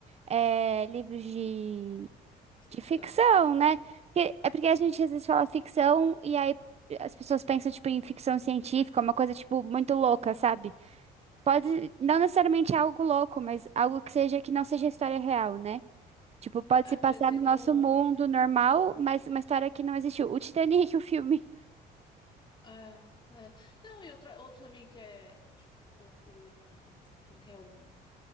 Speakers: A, on the right; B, on the left.
A: é, livros de,
B: é ficção.
A: de ficção, né? Porque- É porque a gente às vezes fala ficção e aí as pessoas pensam, tipo, em ficção científica, uma coisa, tipo, muito louca, sabe? Pode,
B: É.
A: não necessariamente algo louco, mas algo que seja, que não seja história real, né? Tipo, pode
B: Ah,
A: se passar
B: por exemplo,
A: no nosso mundo
B: um,
A: normal, mas uma história que não existiu. O Titanic, o filme.
B: ah, é. Não, e outra, outro também que é o, o, ah, como que é o,